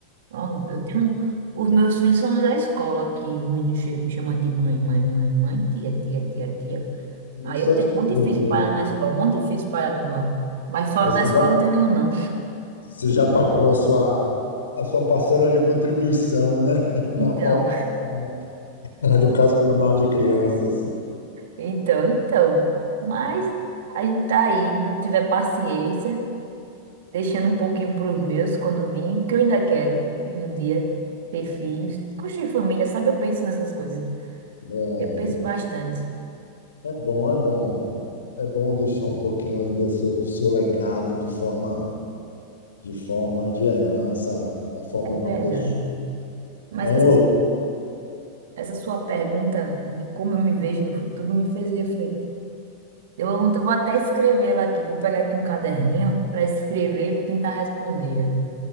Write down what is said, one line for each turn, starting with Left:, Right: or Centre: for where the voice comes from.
Right: Ó, Eu tenho... Os meus filhos são da escola aqui. Os meninos che- me chamam de mãe, mãe, mãe, mãe, tia, tia, tia, tia. Aí
Left: Só
Right: eu tenho
Left: de
Right: um monte
Left: bloqueio.
Right: de filhos espalhado na escola, um monte de filhos espalhado lá. Mas fora
Left: Você
Right: da escola
Left: já,
Right: não tenho nenhum, não.
Left: você já pagou a sua, a sua parcela de contribuição, né? <laughs> Na
Right: Então,
Left: formação educacional de crianças.
Right: então, então. Mas a gente tá aí, enquanto tiver paciência, deixando um pouquinho para os meus quando vim, porque eu ainda quero ir um dia ter filhos, construir família, sabe? Eu penso nessas coisas.
Left: É,
Right: Eu penso bastante,
Left: é bom, é bom. É bom deixar um pouquinho aí do seu, do seu legado de forma, de forma de herança, na forma
Right: é
Left: de
Right: verdade.
Left: uma pessoa.
Right: Mas
Left: É um
Right: essa, essa sua pergunta de como eu me vejo no futuro me fez refletir. Deu uma vontade, eu vou até escrever ela aqui, vou pegar aqui um caderninho para escrever e vou tentar responder ela.